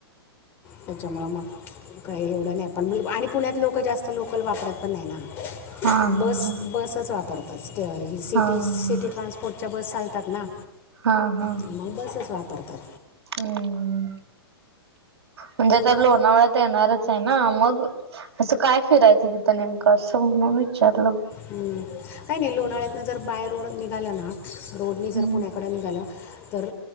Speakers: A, on the left; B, on the right.
A: त्याच्यामुळं मग काही एवढं नाही पण आणि पुण्यात लोक जास्त लोकल वापरत पण नाही ना
B: हा हा
A: बस बसच वापरतात सी
B: हा
A: सिटी
B: हा
A: ट्रान्सपोर्टच्या बस चालतात. ना
B: हा हा
A: मग बसच वापरतात
B: हम्म म्हणजेता
A: बर
B: लोणावळ्यात येणारचे ना मग असं काय फिरायचं तिथं नेमकं असं म्हणून विचारलं
A: हम्म काही नाही लोणाळ्यातन जर बाय रोड निघाला ना रोडनी जर
B: हम्म
A: पुण्यकडं निघालं तर